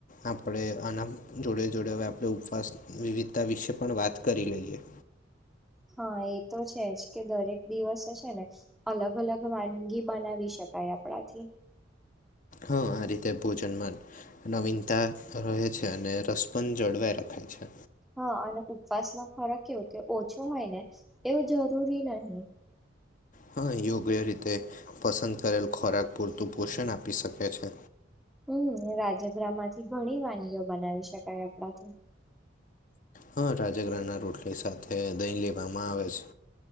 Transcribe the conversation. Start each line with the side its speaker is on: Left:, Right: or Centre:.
Left: આપણે આના જોડે જોડે હવે આપણે ઉપવાસ વિવિધ તા વિશે પણ વાત કરી લઈએ.
Centre: હા એ તો છે જ કે દરેક દિવસે છે ને અલગ અલગ વાનગી બનાવી શકાય આપણાથી.
Left: હા આ રીતે ભોજનમાંન નવીનતા રહે છે અને રસ પણ જળવાઈ રહે છે.
Centre: હા અને ઉપવાસ નો ખોરાક કેવો કે ઓછો હોય ને એવું જરૂરી નાઈ.
Left: હા યોગ્ય રીતે પસંદ કરેલ ખોરાક પૂરતું પોષણ આપી શકે છે.
Centre: હમ્મ, રાજગ્રા માંથી ઘણી વાનગીઓ બનાવી શકાય આપણાથી.
Left: હા રાજગ્રા ના રોટલી સાથે દહી લેવામાં આવે છે.